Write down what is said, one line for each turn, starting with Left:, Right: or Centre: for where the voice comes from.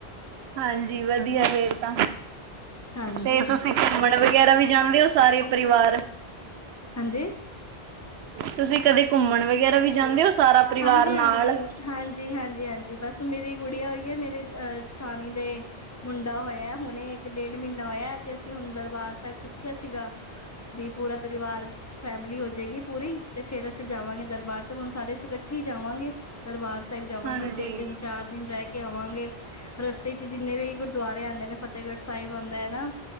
Right: ਹਾਂਜੀ, ਵਧੀਆ ਫੇਰ ਤਾਂ।
Left: ਹਾਂਜੀ,
Right: ਤੇ ਤੁਸੀਂ ਘੁੰਮਣ ਵਗੈਰਾ ਵੀ ਜਾਂਦੇ ਹੋ ਸਾਰੇ ਪਰਿਵਾਰ।
Left: ਹਾਂਜੀ?
Right: ਤੁਸੀਂ, ਕਦੇ ਘੁੰਮਣ ਵਗੈਰਾ ਵੀ ਜਾਂਦੇ ਹੋ ਸਾਰਾ। ਪਰਿਵਾਰ
Left: ਹਾਂਜੀ-
Right: ਨਾਲ
Left: ਹਾਂਜੀ। ਹਾਂਜੀ- ਹਾਂਜੀ, ਹਾਂਜੀ ਬਸ, ਮੇਰੀ ਗੁੜੀਆ ਹੋਈ ਹੈ। ਮੇਰੇ ਅ ਜਠਾਣੀ ਦੇ। ਮੁੰਡਾ, ਹੋਇਆ। ਹੁਣੇ ਇੱਕ, ਡੇਢ ਮਹੀਨਾ ਹੋਇਆ ਤੇ, ਅਸੀਂ ਹੁਣ ਦਰਬਾਰ ਸਾਹਿਬ ਸੁਖਿਆ ਸੀਗਾ। ਦੀ ਪੂਰਾ, ਪਰਿਵਾਰ। ਫੈਮਿਲੀ ਹੋ ਜਾਏਗੀ ਪੂਰੀ, ਤੇ ਫੇਰ ਅਸੀਂ ਜਾਵਾਂਗ। ਦਰਬਾਰ ਸਾਹਿਬ, ਹੁਣ ਸਾਰੇ ਅਸੀਂ ਇਕ ਠੇ, ਹੀ ਜਾਵਾਂਗੇ, ਦਰਬਾਰ ਸਾਹਿਬ ਜਾਵਾਂਗੇ,
Right: ਹਾਂਜੀ
Left: ਉੱਥੇ ਤਿੰਨ- ਚਾਰ ਦਿਨ ਰਹਿ ਕੇ ਆਵਾਂਗੇ। ਰਸਤੇ ਚ ਜਿੰਨੇ ਵੀ ਗੁਰਦੁਆਰੇ ਆਉਂਦੇ ਨੇ ਫਤਿਹਗੜ੍ਹ ਸਾਹਿਬ ਆਉਂਦਾ ਹੈ ਨਾ।